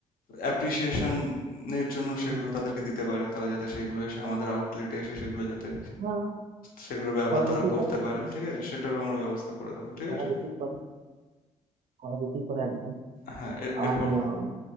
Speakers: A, on the left (about 60°); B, on the right (about 45°).
A: অ্যাপ্রিসিয়েশনের জন্য সেগুলো
B: হুম হুম।
A: তাদেরকে দিতে পারে তারা যাতে সেগুলো এসে আমাদের আউটলেটে এসে সেগুলো যাতে
B: হ্যাঁ
A: সেগুলোর ব্যবহার
B: করা
A: তারা
B: যেতেই
A: করতে
B: পারে
A: পারে ঠিক আছে সেটারও আমরা ব্যবস্থা করে দেবো ঠিক
B: করা
A: আছে
B: যেতেই পারে করা যেতেই পারে একদম
A: হ্যাঁ এর- এরপর
B: আর উম,